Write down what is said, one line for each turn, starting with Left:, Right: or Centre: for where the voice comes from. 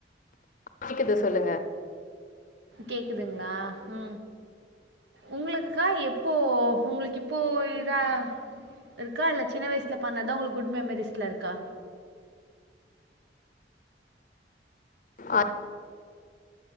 Left: கேக்குது சொல்லுங்க
Right: கேக்குதுங்ளா அ உங்களுக்கா எப்போ உங்களுக் இப்போ இதா இருக்கா இல்ல சின்ன வயசுல பண்ணாதா உங்களுக்கு குட் மெமரிஸ்ல இருக்கா
Left: ஆ